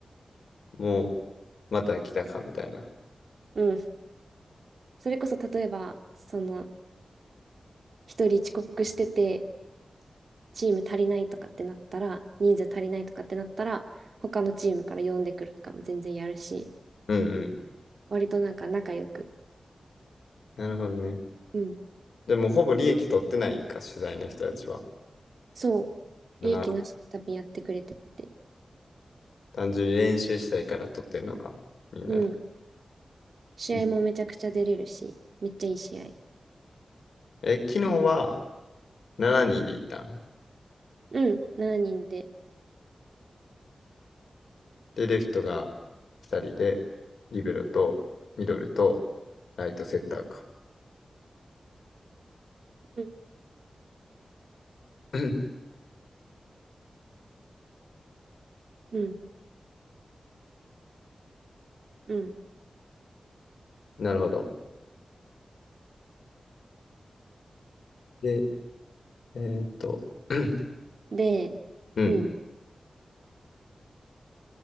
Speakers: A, on the left (about 85°); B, on the right (about 65°).
A: もう、また来たか、みたいな。
B: うん。それこそ例えば、その、一人遅刻してて、チーム足りないとかってなったら、人数足りないとかってなったら、他のチームから呼んでくるとかも全然やるし、
A: うんうん。
B: 割となんか仲良く。
A: なるほどね。
B: うん。
A: でもほぼ利益取ってないんか、取材の人たちは。
B: そう。
A: な
B: 利益なしで多分やってくれてて。
A: 単純に練習したいから取ってんのか。みんなで。
B: うん。試合もめちゃくちゃ出れるし、
A: いい
B: めっちゃいい試合。
A: え、昨日は7人で行ったん。
B: うん、7人で。
A: で、レフトが2人で、リベロとミドルとライトセッターか。
B: うん、
A: <coughs>
B: うん、うん。
A: <clears throat> なるほど。で、えーっと、<coughs> <clears throat>
B: で、
A: うん、
B: うん、